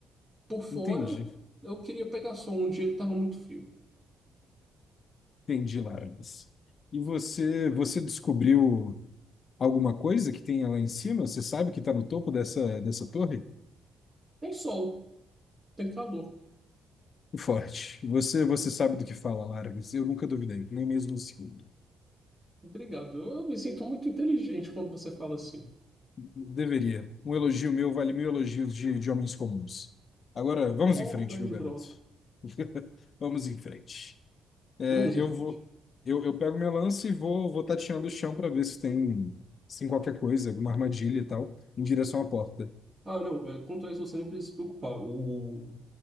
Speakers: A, on the right; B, on the left.
A: Por fora,
B: entendi.
A: eu queria pegar sol um dia que tava muito frio.
B: Entendi, Largas. E você, você descobriu alguma coisa que tenha lá em cima? Você sabe que está no topo dessa, dessa torre?
A: Tem sol, tem calor.
B: Forte. Você, você sabe do que fala, Largas. Eu nunca duvidei, nem mesmo um segundo.
A: Obrigado. Eu me sinto muito inteligente quando você fala assim.
B: Deveria. Um elogio meu vale mil elogios de, de homens comuns. Agora, vamos
A: Oh,
B: em frente,
A: grande
B: meu garoto.
A: brota.
B: <laughs> Vamos em frente. É,
A: Vamos em
B: eu
A: frente.
B: vou, eu, eu pego minha lança e vou, vou tateando o chão para ver se tem, se tem qualquer coisa, alguma armadilha e tal, em direção à porta.
A: Ah, não, é, quanto a isso você nem precisa se preocupar. O,